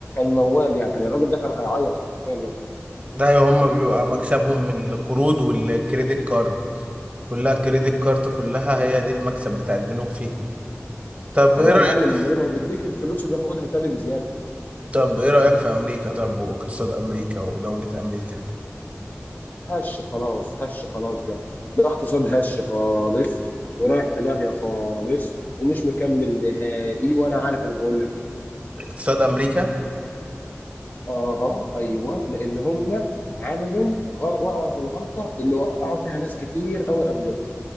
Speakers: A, on the left; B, on the right.
A: موال يعني الراجل ده كان هيعيط حرفيا يوم
B: ده ايوه هم بيبقى مكسبهم من القروض والكريدت كارد كلها كريدت كارد كلها هي دي المكسب بتاع البنوك فيها طب
A: ايوه
B: ايه رأيك
A: يا معلم امال إيه؟ ما هو بيديك الفلوس وبياخدها تاني بزياده
B: طب ايه رأيك في امريكا طب واقتصاد امريكا ودولة امريكا
A: هش خلاص هش خلاص ده ده اقتصاد هش خالص ورايح في داهيه خالص ومش مكمل نهائي وانا عارف انا بقول لك ايه
B: اقتصاد امريكا
A: اها ايوه لان هم عملوا غ- وقعوا في الغلطه اللي وقعوا فيها ناس كتير قوي قبلهم